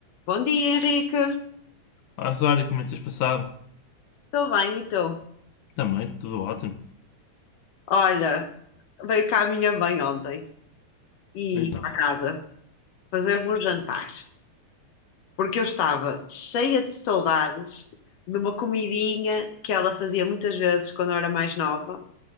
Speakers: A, on the left; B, on the left.
A: Bom dia, Henrique.
B: Ah, Zório, como é que tens passado?
A: Estou bem, e tu?
B: Também, tudo ótimo.
A: Olha, veio cá a minha mãe ontem e
B: Então,
A: cá a casa fazer-me um jantar, porque eu estava cheia de saudades de uma comidinha que ela fazia muitas vezes quando eu era mais nova,